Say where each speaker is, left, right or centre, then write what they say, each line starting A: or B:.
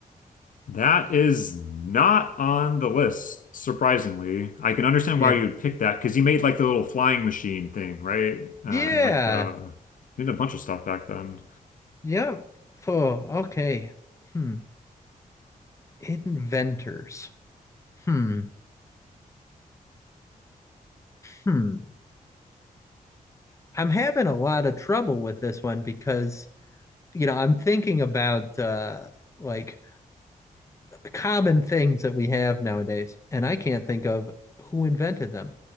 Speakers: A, on the left; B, on the left.
A: That is not on the list, surprisingly. I can understand
B: Yeah.
A: why you'd pick that because he made like the little flying machine thing, right? Uh,
B: Yeah.
A: and like the, he did a bunch of stuff back then.
B: Yep. Oh, okay. Hmm. Inventors. Hmm. Hmm. I'm having a lot of trouble with this one because, you know, I'm thinking about uh like common things that we have nowadays, and I can't think of who invented them.